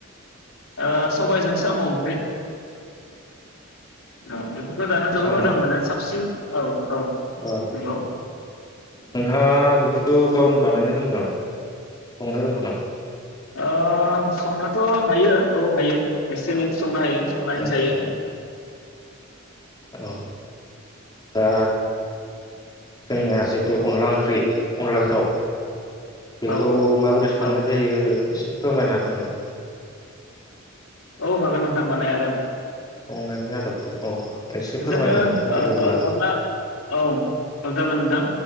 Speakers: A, on the left (about 80°); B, on the left (about 20°).
A: ओ सबायजों साम' ओंख्रि औ <unintelligible> जानो जोबोर
B: साना
A: मोजां मोनो साबसिन औ
B: औ
A: नंगौ
B: नोंथाङा बेफोरखौ गावनो बानायनो रोंगौ नामा संनो रोंगौ नामा?
A: ओ संनोथ' हायो औ हायो एसे एनैखौ संनो हायो संनानै
B: औ
A: जायो।
B: औ औ दा जोंनिया जिथु अनला ओंख्रि अनलाजों
A: औ
B: दाव बेखौ
A: औ
B: माबोरै संनाय
A: औ
B: जायो एसे फोरमायनो हागोन नामा?
A: औ हागोन नोंथां मानो हाया जानो
B: संनायनि आदबखौ औ एसे फोरमायनानै
A: जोङो
B: होदो अब्ला
A: ओ अनला औ जागोन नोंथां